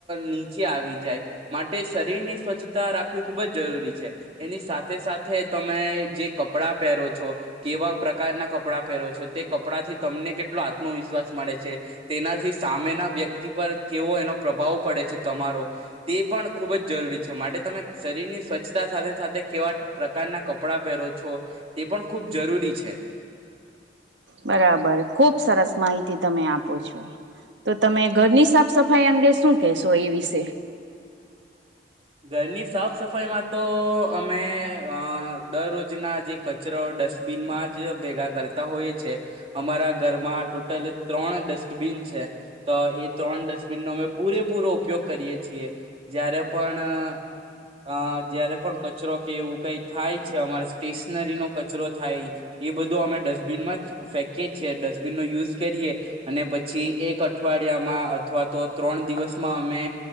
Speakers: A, on the right; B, on the right.
A: નીચે આવી જાય માટે શરીરની સ્વચ્છતા રાખવી ખૂબ જ જરૂરી છે એની સાથે સાથે તમે જે કપડાં પહેરો છો કેવા પ્રકારના કપડાં પહેરો છો તે કપડાં થી તમને કેટલો આત્મવિશ્વાસ મળે છે. તેનાથી સામેના વ્યક્તિ પર કેવો એનો પ્રભાવ પડે છે તમારો. તે પણ ખૂબ જ જરૂરી છે માટે તમે. શરીરની સ્વચ્છતા સાથે સાથે કેવા પ્રકારના કપડાં પહેરો છો તે પણ ખૂબ જરૂરી છે.
B: બરાબર ખુબ સરસ માહિતી તમે આપો છો તો તમે ઘરની સાફ સફાઈ અંગે શું કશો એ વિશે.
A: ઘરની સાફ સફાઈમાં તો અમે અ દરરોજના જે કચરો ડસ્ટબિનમાં જ ભેગા કરતા હોય છે અમારા ઘરમાં ટોટલ. ત્રણ ડસ્ટબીન છે તો એ ત્રણ ડસ્ટબીન નો અમે પૂરેપૂરો. ઉપયોગ કરીએ છીએ જયારે. પણ, અ જયારે પણ કચરો કે એવું કઈ થાય છે અમારે સ્ટેશનરીનોો કચરો થાય એ બધો અમે ડસ્ટબિનમાં જ ફેંકીએ છીએ ડસ્ટબિનનોો યુઝ કરીએ અને પછી એક અઠવાડિયામાં અથવા તો ત્રણ દિવસમાં અમે